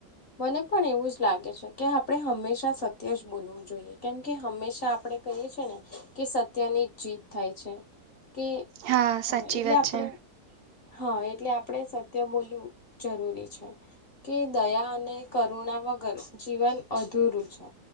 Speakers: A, on the left (about 40°); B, on the right (about 75°).
A: મને પણ એવું જ લાગે છે. કે આપણે હંમેશા સત્ય જ બોલવું જોઈએ કેમ કે હંમેશા આપણે કહીએ છીએ ને કે સત તેની જ જીત થાય છે કે
B: હા સાચી
A: એટલે
B: વાત
A: આપણે
B: છે
A: હા એટલે આપણે સત્ય બોલવું જરૂરી છે. કે દયા અને કરુણા વગર જીવન અધૂરું છે.